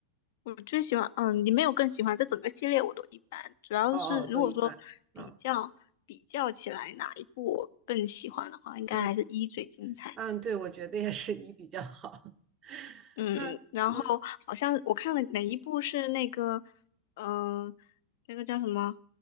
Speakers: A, on the left (about 50°); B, on the right (about 30°).
A: 我最喜欢，嗯，你没有更喜欢，这整个系列我都一般，主要是如果说比较比较起来哪一部我更喜欢的话，
B: 哦哦，都一般。嗯
A: 应该还是一最精彩。
B: 嗯嗯，对，我觉得也是一比较好。<laughs>
A: 嗯，
B: 那嗯
A: 然后好像我看了哪一部是那个，嗯、那个叫什么，